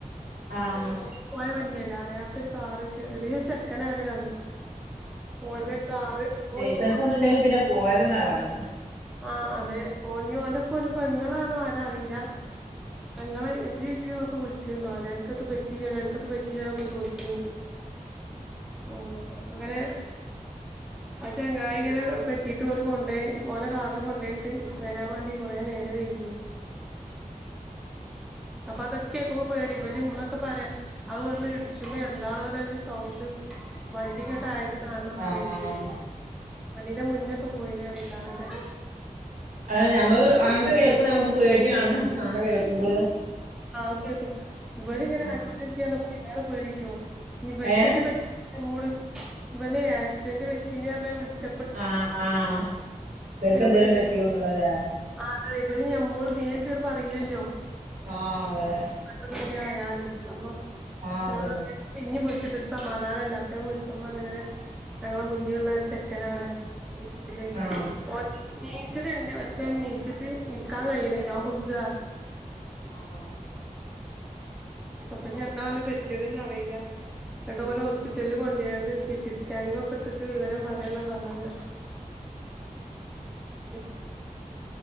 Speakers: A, on the right; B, in the centre.
A: ആഹ്
B: പോയ വണ്ടിയല്ല അറിയാത്തൊരു കാറ് ചെറ്യോരു ചെക്കനാണ് പർഞ് ഓന്റെ കാറ്
A: ലൈസൻസ്
B: ഓന്
A: ഒന്നു ഇല്ലെങ്കി പിന്നെ പോയതന്നെ ആവാണ്
B: ആഹ് അതെ ഓ ഇഞ് ഓന്റെപ്പൊ ഓന്റെ പെങ്ങളാണോ ആരാ അറീല പെങ്ങളെ ഇജ്ജി ഇജ്ജിന്നോക്ക വ്ൾ ചീണ്ട് ഓനെ അൻക്ക് എത്തും പറ്റീല്ലല്ലോ അൻക്കത്തും പറ്റീല്ലല്ലോ എന്നൊക്കെ ച്ചോയിച്ചിണ്ട് ഓനോട് അപ്പ ഇങ്ങനെ അ ചങ്ങായി ഇങ്ങനെ പറ്റീട്ട് ഓല് കൊണ്ടയി ഓലെ കാർല് കൊണ്ടയി ട്ട് വരാൻ വാണ്ടി കോറെ നേരം വൈകീനി അപ്പ അതൊക്കെ ഇപ്പൊ പേടി ഇവല് ഇമ്മ ക്കെ പറയാ അത് വന്ന് ഇട്‌ച്ചപ്പൊ എന്താണോലോ അയിന്റെ സൗണ്ട് വണ്ടിങ്ങട്ട്
A: ആഹ്
B: ആയത്
A: അതാണ്
B: കാണണം പറയ്‌ണ്ട്
A: ആഹ്
B: വണ്ടീന്റെ മുന്നക്കെ പോയിണ് അറീണ്ട് ആകെ
A: അതെ ഞമ്മള് അങ്ങൻത്തെ കേക്കു ഞമ്മക്ക് പേടിയാണ് നമ്മളെ കേൾക്കുമ്പള്
B: ആ <unintelligible> ഇവര് ഇങ്ങനെ
A: ആഹ്
B: ആക്സിഡന്റ് പറ്റി പർഞ്ഞപ്പോ അയിലേറെ പേടിട്ടോ ഇഞ് ഇവെൽക്കേറ്റെ
A: ഏഹ്
B: പ നമ്മോട് ഇവല് ആക്സിഡന്റ് പറ്റീന് പർഞ് വിൾച്ച
A: ആഹ് ആഹ് ഇവൽക്ക്
B: നമ്മള്
A: എന്തേലും പറ്റിയോന്ന്ള്ള ലെ
B: ആ അതെ ഇബല് ഞമ്മോട് നേര്ട്ട്ങ്ങട്ട് പറീലല്ലോ
A: ആഹ് അതെ അതെ
B: <unintelligible> ആയാലും അപ്പൊ
A: ആഹ്
B: <unintelligible>
A: അതെ
B: പിന്നിം വിൾച്ട്ട് ഒര് സമാധാനല്ല അപ്പം വിൾച്ചപ്പ പർഞ് ഇങ്ങനെ ഞങ്ങളെ മുന്നിലുള്ള ഒര് ചെ ക്കനാണ് പറ്റീത്
A: ആഹ്
B: ഓൽ നീച്ച്ന്ണ്ട് പക്ഷെ നീച്ചിട്ട് നിക്കാൻ കയ്യ്ണില്ല ഓൻ വ്ഖ
A: ആഹ്
B: അപ്പ ഇഞ് എന്താ ഓന് പറ്റിയത് ന്ന് അറീല ന്നട്ട് ഓല് ഹോസ്പിറ്റൽല് കൊണ്ടായാണ്ട് സിട്ടി സ്കാനിങ്ങൊക്ക ഇട്ത്തിട്ട് വിവരം പറയാന്നാ പർഞ്ഞത് <unintelligible>